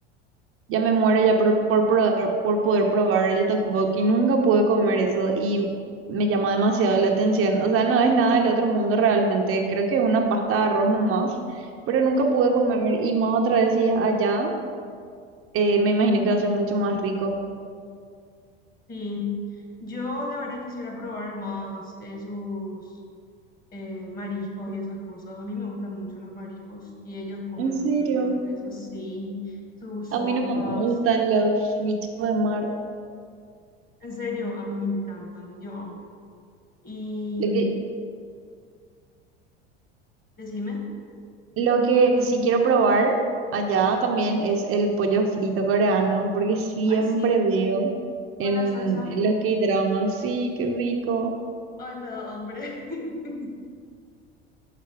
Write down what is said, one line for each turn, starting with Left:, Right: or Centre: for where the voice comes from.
Right: Ya me muero ya por, por, probar- por poder probar el tteokbokki. Nunca pude comer eso y me llama demasiado la atención. O sea, no es nada del otro mundo realmente. Creo que es una pasta de arroz nomás, pero nunca pude comer y más otra vez si es allá. eh, me imagino que va a ser mucho más rico.
Left: Sí, yo la verdad quisiera probar más esos eh, mariscos y esas cosas. A mí me gustan mucho los mariscos y ellos comen
Right: En serio,
Left: mucho seguramente eso. Sí, sus
Right: a
Left: sopas.
Right: mí no me gustan los bichos de mar.
Left: En serio, a mí me encantan, yo amo. Y
Right: Lo
Left: mm,
Right: que,
Left: decime.
Right: lo que sí quiero probar allá también es el pollo frito coreano, porque siempre
Left: Ay, sí,
Right: veo
Left: con
Right: en,
Left: la salsa.
Right: en los K-dramas, sí, qué rico.
Left: Ay, me da hambre. <laughs>